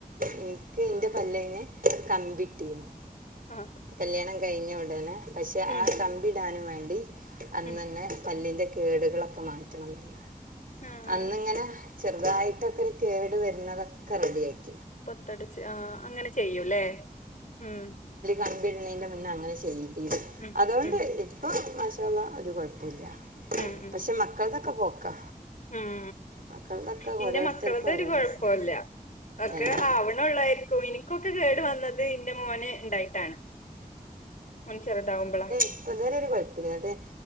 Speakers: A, on the right; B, on the left.
A: എനിക്ക് എന്റെ പല്ലയിനെ കമ്പിട്ടിരുന്നു.
B: ആഹ്
A: കല്യാണം കഴിഞ്ഞ ഉടനെ പക്ഷെ
B: ഉം
A: ആ കമ്പിടാനും വേണ്ടി- അന്നന്നെ
B: ഉം
A: പല്ലിന്റെ കേടുകളൊക്കെ മാറ്റണംന്ന്
B: ആഹ്
A: അന്നിങ്ങനെ- ചെറുതായിട്ടൊക്കെ കേട് വരുന്നതൊക്കെ റെഡി ആയി.
B: പത്തടച്ച് ആ അങ്ങനെ ചെയ്യൂല്ലേ മ്.
A: കമ്പിടണതിൻ്റെ മുന്നേ അങ്ങനെ ചെയ്തി
B: ഉം
A: അതുകൊണ്ട്
B: ഉം
A: ഇപ്പം മാഷാഅള്ള ഒരു കുഴപ്പമില്ല.
B: ഉം ഉം
A: പക്ഷെ മക്കൾ തൊക്കെ പോക്കാ.
B: ഉം
A: മക്കളതൊക്കെ
B: നിന്റെ
A: ഓരോരുത്തർക്കും
B: മക്കളതൊരു
A: ഓരോ
B: കൊയപ്പല്ല.
A: പ്രശ്ന
B: ഒക്കെ
A: ഏഹ്
B: ആവണള്ളായിരിക്കും ഇനി- ക്കെ കേടു വന്നത് ന്റെ മോന് ഉണ്ടായിട്ടാണ് മോന് ചെറുതാാവുമ്പോളാ-
A: ഇപ്പ തരെ ഒരു കുഴപ്പമില്ല കേട്ടെ